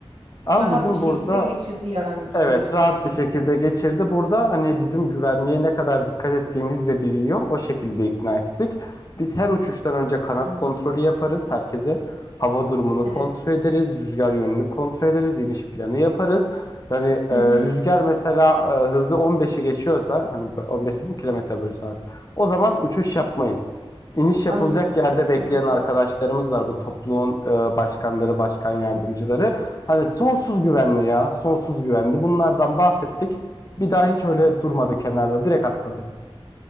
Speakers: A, on the left; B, on the right.
A: Ama
B: Rahat
A: bizim
B: bir şekilde
A: burada
B: geçirdi yani bu
A: Evet,
B: süreci
A: rahat
B: diyorsun.
A: bir şekilde geçirdi. Burada hani bizim güvenliğe ne kadar dikkat ettiğimiz de biliyor. O şekilde ikna ettik. Biz her uçuştan önce kanat
B: <clears throat>
A: kontrolü yaparız. Herkese hava durumunu
B: Evet.
A: kontrol ederiz, rüzgar yönünü kontrol ederiz, iniş planı yaparız. Yani e,
B: Hı hı,
A: rüzgar mesela e, hızı 15'i geçiyorsa, hani 15 dedim kilometre bölü saat. O zaman uçuş yapmayız. İniş yapılacak
B: anladım
A: yerde bekleyen
B: anladım.
A: arkadaşlarımız var. Bu topluluğun e, başkanları, başkan yardımcıları. Hani sonsuz güvenli ya, sonsuz güvenli. Bunlardan bahsettik. Bir daha hiç öyle durmadı kenarda, direkt atladı.